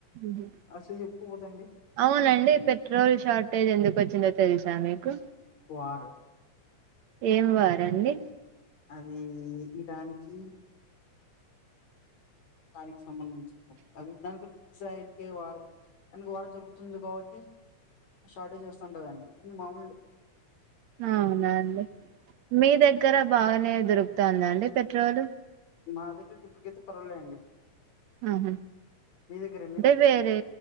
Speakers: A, on the right; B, on the left.
A: ఉంహు
B: అసలు ఎక్కువ పోతాయండి
A: అవునండి పెట్రోల్ షార్టేజ్ ఎందుకు వచ్చిందో తెల్సా మీకు.
B: వార్
A: ఏం వారండి.
B: అది ఇరాన్ కి. దానికి సంబంధించి అది దానికి <unintelligible> జరిపే వారు అందుకే వారు జరుగుతుంది కాబట్టి. షార్టేజ్ వస్తుంటదండి మామూలే
A: అవునా అండి మీ దగ్గర బాగానే దొరుకుతాందా అండి పెట్రోలు.
B: మా దగ్గరకి ఇప్పుటికైతే పరవలే అండి.
A: ఆహ
B: మీ దగ్గరండి
A: అంటే వేరే